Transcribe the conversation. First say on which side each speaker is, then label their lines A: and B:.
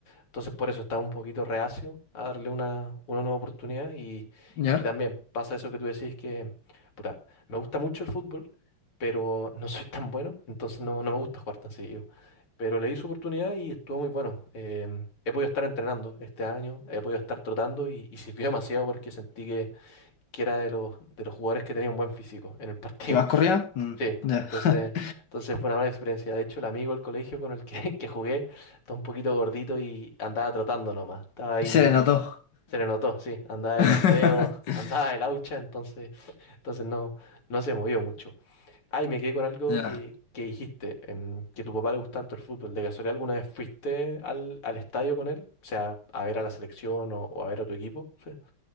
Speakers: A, on the left; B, on the left.
A: Entonces por eso estaba un poquito reacio a darle una, una nueva oportunidad y,
B: ¿Ya?
A: y también pasa eso que tú decís que, puta, me gusta mucho el fútbol, pero no soy tan bueno, entonces no, no me gusta jugar tan seguido. Pero le di su oportunidad y estuvo muy bueno. Em, he podido estar entrenando este año, he podido estar trotando y, y sirvió demasiado porque sentí que que era de los, de los jugadores que tenía un buen físico en el partido.
B: ¿Te vas
A: <laughs>
B: corrida? Mm,
A: Sí,
B: ya.
A: entonces,
B: <laughs>
A: entonces fue una buena experiencia. De hecho, el amigo del colegio con el que, <laughs> que jugué estaba un poquito gordito y andaba trotando nomás. Estaba ahí,
B: Se le notó.
A: se le notó, sí, andaba delantero,
B: <laughs>
A: <laughs> andaba de laucha, entonces, entonces no, no se movió mucho. Ay, me quedé con algo
B: Ya.
A: que, que dijiste, em, que a tu papá le gusta harto el fútbol. ¿De casualidad alguna vez fuiste al, al estadio con él? O sea, a ver a la selección o, o a ver a tu equipo. <laughs> Sí.